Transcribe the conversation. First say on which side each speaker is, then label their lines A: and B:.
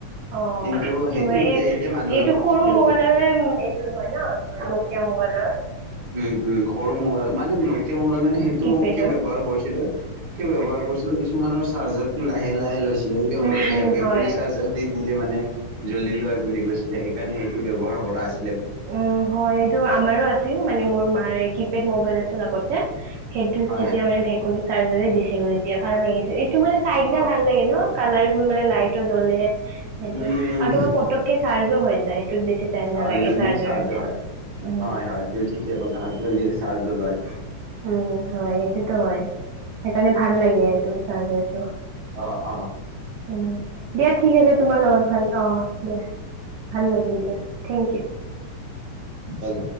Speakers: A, on the right; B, on the right.
A: অ
B: কিন্তু সেইটো
A: তোমাৰ
B: এতিয়া
A: এই এইটো
B: এতিয়া মানুহে
A: সৰু
B: ব্যৱ
A: মোবাইলৰে এইটো হয় ন? তোমাৰ নকীয়া মোবাইলৰ।
B: উম, উম সৰু মোবাইল, মানে নকিয়া মোবাইল মানে সেইটো
A: কিপেডৰ
B: কিয় ব্যৱহাৰ কৰিছিলে? কিয় ব্যৱহাৰ কৰিছিল কিছুমানৰ চাৰ্জাৰ টো লাহে লাহে লৈছিল। এ
A: উম উম
B: বেকুলী
A: হয়
B: চাৰজদি দিলে মানে জ্বলি লয় বুলি কৈছিলে। সেইকাৰণে সেইটো ব্যৱহাৰ কৰা আ
A: উ হয়। এইটো আমাৰো আছিল। মানে মোৰ মাৰ কিপেড মবাইল আছিল আগতে। সেইটোত
B: হয়
A: তেতিয়া মানে ভেকুলী ছাৰ্জাৰে দিছিল, তেতিয়া ভাল লাগিছিল। টো মানে চাই কিনে
B: অ
A: ভাল লাগে ন? কালাৰফুল মানে লাইটো জ্বলে সেইটো।
B: উম উম
A: আৰু তোমাৰ পতককে চাৰ্জো হৈ যায়। সেইটোত বেছি টাইম নালাগে।
B: অ জল্দিকে
A: চাৰ্জাৰৰ
B: চাৰ্জ
A: নিচিনা।
B: হয়।
A: উম।
B: হয়, হয়। তুমি ঠিকে কলা জল্দি চাৰ্জও লয়।
A: উম হয়, এইটোতো হয়। সেইকাৰণে ভাল লাগে এইটো চাৰ্জাৰটো।
B: অ অ।
A: উম। দিয়া, ঠিক আছে। তোমাৰ লগত, ভাল অ দিয়া ভাল লাগিল দিয়া। Thank you.
B: কাল